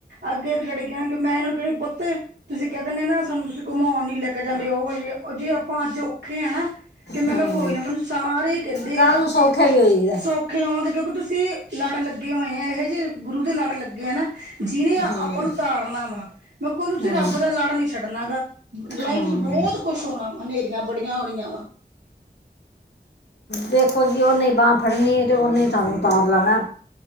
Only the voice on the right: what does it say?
ਅੱਗੇ ਏਦੇ ਡੈਡੀ ਕੇਣਗੇ, ਮੈਂ ਏਹਨਾਂ ਨੂੰ ਕੇਂਦੀ ਪੁੱਤ, ਤੁਸੀਂ ਕੇਹ ਦਿੰਦੇ ਨਾ, ਸਾਨੂੰ ਤੁਸੀਂ ਘੁਮੋਣ ਨੀ ਲੈ ਕੇ ਜਾਂਦੇ, ਉਹ ਜੀ ਉਹ ਜੇ ਆਪਾਂ ਅੱਜ ਔਖੇ ਐ ਨਾ ਤੇ ਮੈਂ
ਕਿਹਾ ਕੋਈ ਨਾ ਮੈਨੂੰ ਸਾਰੇ ਕਹਿੰਦੇ
ਆ,
ਸੋ ਖੇ ਹੋਵਾਂਗੇ ਕਿਉਂਕਿ ਤੁਸੀਂ ਲੜ ਲੱਗੇ ਹੋਏ ਐ, ਇਹ ਜਿਹੇ ਗੁਰੂ ਦੇ ਲੜ ਲੱਗੇ ਐ ਨਾ ਜਿਹਨੇ ਆਪਾਂ
ਨੂੰ ਤਾਰਨਾ ਵਾ, ਮੈਂ ਕੋਈ ਤੁਸੀਂ
ਰੱਬ ਦਾ ਲੜ ਨੀ ਛੱਡਣਾ ਗਾ। ਲਾਈਫ
ਬਹੁਤ ਕੁਛ ਹੋਣਾ ਵਾ, ਹਨੇਰੀਆਂ ਬੜੀਆਂ ਓਣੀਆਂ ਵਾ।